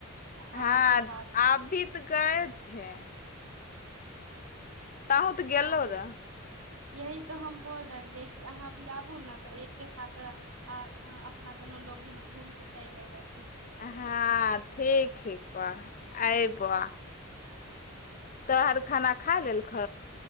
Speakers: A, on the right (about 75°); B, on the left (about 40°).
A: अहाँके
B: हाँ <unintelligible>
A: साथ
B: तोंहूँ त गेलो
A: अहाँ
B: र हा
A: यही त हम बोल रहलीयै कि अहाँ भी आबू न त एक साथ आ- अं अपना दोनों लोग घुमय क चैल अएबै
B: हां ठीक छिकऽ ऐबऽ तोहर खाना खालेलख